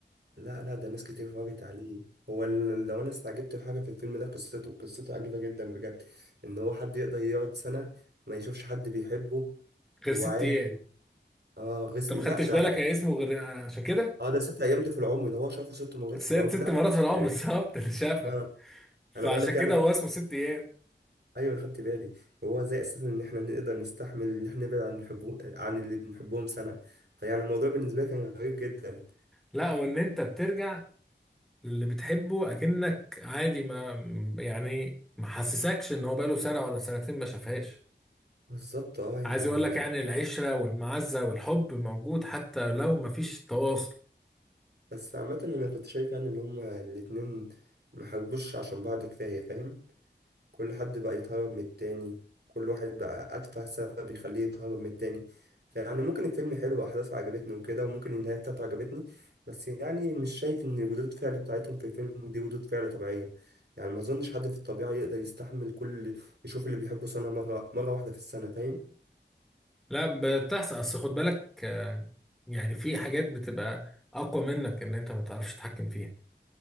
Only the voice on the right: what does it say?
لا لا ده ناس كتير اتفرجت عليه هو ال- لو انا استعجبت في حاجه في الفيلم ده قصته قصته عجيبه جدا بجد ان هو حد يقدر يقعد سنه ما يشوفش حد بيحبه
وعادي
اه غس...
لا
ده
اه ده ست ايام ده في العمر ده هو شافه ست مرات
في العمر
لا
يعني
اه
انا بقول لك يعني
ايوه أنا خدت بالي هو ازاي اساسا ان احنا نقدر نستحمل ان احنا نبعد عن الحبو... عن اللي بنحبهم سنه فيعني الموضوع بالنسبه لي كان غريب جدا
بالظبط اه يعني
بس عامه انا كنت شايف يعني ان هما الاتنين محبوش عشان بعض كفايه فاهم كل حد بقى يتهرب من التاني كل واحد بقى أتفه سبب يخليه يتهرب من التاني فيعني ممكن الفيلم حلو وأحداثه عجبتني وكده وممكن النهاية بتاعته عجبتني بس يعني مش شايف إن ردود الفعل بتاعتهم في الفيلم دي ردود فعل طبيعية يعني ما أظنش حد في الطبيعة يقدر يستحمل كل يشوف اللي بيحبه سنة مرة مرة واحدة في السنة فاهم؟